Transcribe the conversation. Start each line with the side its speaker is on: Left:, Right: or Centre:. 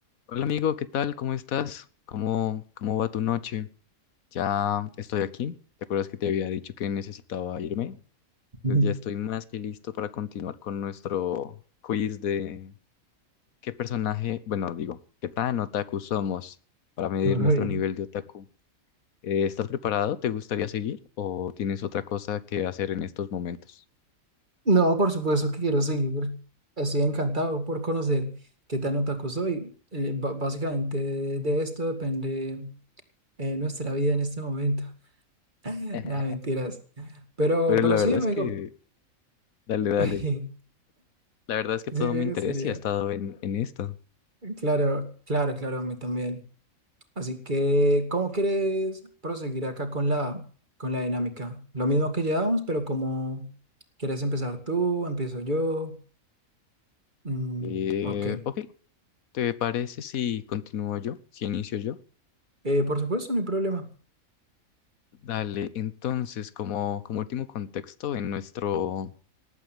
Left: Hola amigo, ¿qué tal? ¿Cómo estás? ¿Cómo, cómo va tu noche? Ya estoy aquí. ¿Te acuerdas que te había dicho que necesitaba irme?
Right: Ujú.
Left: Pues ya estoy más que listo para continuar con nuestro quiz de qué personaje, bueno, digo, qué tan otaku somos para medir
Right: <laughs>
Left: nuestro
Right: Ay,
Left: nivel de otaku. Eh, ¿estás preparado? ¿Te gustaría seguir o tienes otra cosa que hacer en estos momentos?
Right: No, por supuesto que quiero seguir. Estoy encantado por conocer qué tan otaku soy. Eh, ba- básicamente de, de esto depende eh, nuestra vida en este momento. <laughs>
Left: <laughs> Pero
Right: Nada, mentiras. Pero,
Left: la
Right: pero
Left: verdad
Right: sí, amigo.
Left: es que, dale, dale.
Right: <laughs>
Left: La verdad es que
Right: Sí,
Left: todo
Right: me
Left: mi interés
Right: gustaría.
Left: y ha estado en, en esto.
Right: Claro, claro, claro, a mí también. Así que, ¿cómo quieres proseguir acá con la, con la dinámica? Lo mismo que llevamos, pero cómo quieres empezar tú, empiezo yo. Mm,
Left: Eh,
Right: ok.
Left: ok, ¿Te parece si continúo yo, si inicio yo?
Right: Eh, por supuesto, no hay problema.
Left: Dale, entonces, como, como último contexto, en nuestro,